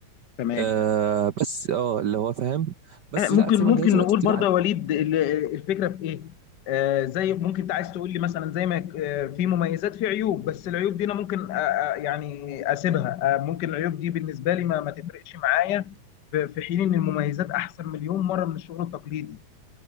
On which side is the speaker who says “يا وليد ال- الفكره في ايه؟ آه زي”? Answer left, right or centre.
Left